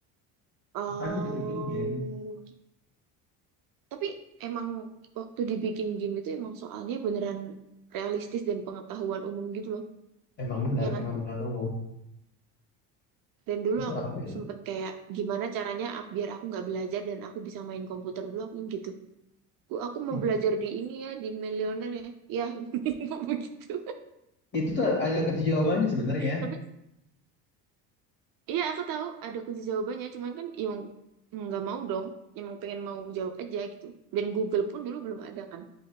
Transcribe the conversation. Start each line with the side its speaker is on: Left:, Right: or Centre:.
Right: Oh,
Left: Makanya dibikin game.
Right: tapi emang waktu dibikin game itu emang soalnya beneran realistis dan pengetahuan umum gitu loh,
Left: Emang benar,
Right: ya kan?
Left: emang pengalaman umum.
Right: Dan dulu
Left: Itu
Right: aku
Left: rame loh.
Right: sempet kayak gimana caranya ap- biar aku nggak belajar dan aku bisa main komputer dulu aku gitu. aku aku mau
Left: It-
Right: belajar di ini ya, di Millionaire ya. Ya, <laughs> begitu.
Left: Itu tuh ada kunci jawabannya sebenarnya.
Right: Tapi Iya, aku tahu ada kunci jawabannya, cuman kan yang nggak mau dong, yang mau pengen mau jawab aja gitu. Dan Google pun dulu belum ada kan.